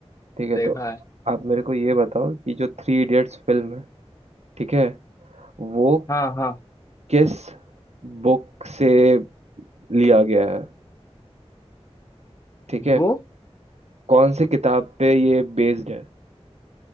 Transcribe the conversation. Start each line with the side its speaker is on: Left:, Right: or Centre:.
Right: ठीक है
Left: देखा
Right: तो
Left: है
Right: आप मेरे को ये बताओ कि जो थ्री इडियट्स फिल्म है ठीक है वो
Left: हाँ हाँ
Right: किस बुक से लिया गया है ठीक है
Left: वो
Right: कौन सी किताब पे ये बेस्ड है